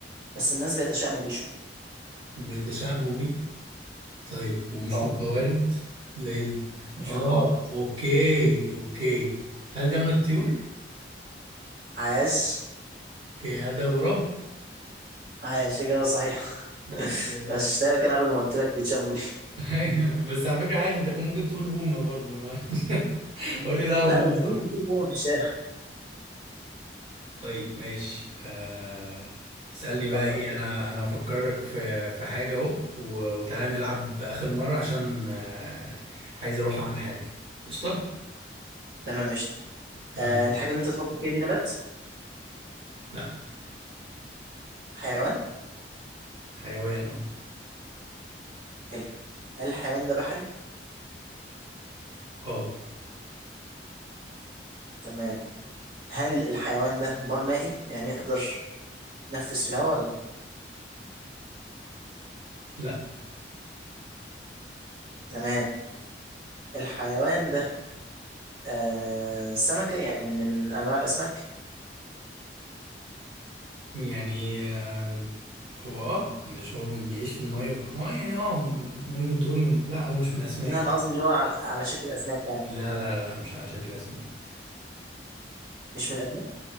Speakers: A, on the right; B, on the right.
A: بس الناس بيتشائموا بيه شوية
B: بتشائموا بيه؟ طيب ومش
A: اه
B: متوارد ده ايه ده
A: مش
B: اه
A: مقارب
B: اوكي اوكي هل ده من الطيور
A: عاش
B: اوكي هل ده غراب
A: عاش إجابة صحيحة
B: اوكي
A: <laughs> غششتها لك أنا أول ما قلت لك بيتشائموا بيه
B: أيوة، بس على فكرة عادي انت كان ممكن تقول بومة برضو ما <laughs> قول لي لا بومة
A: لا بس مين
B: عادي
A: بيشوف بومة في الشارع
B: طيب ماشي آه... اسألني بقى
A: فكر
B: ايه
A: كده
B: انا انا هفكرك في في حاجة اهو و- وتعالى نلعب آخر مرة عشان آه... عايز اروح اعمل حاجة قشطة
A: تمام قشطة
B: تمام
A: آه الحاجة اللي أنت بتفكر فيها دي نبات
B: لا
A: حيوان
B: حيوان اه
A: حلو هل الحيوان ده بحري؟
B: اه
A: تمام هل الحيوان ده بار مائي؟ يعني يقدر يتنفس في الهواء ولا؟
B: لا
A: تمام الحيوان ده آه سمكة يعني من أنواع الأسماك؟
B: يعني آه، هو اه مش هو بي- بيعيش في المية بقى- هو يعني اه ممكن تقول من لا هو مش من الأسماك
A: لا أنا
B: يعني
A: قصدي اللي هو على, على شكل أسماك يعني
B: لا لا لا لا، مش على شكل أسماك
A: مش من الأسماك؟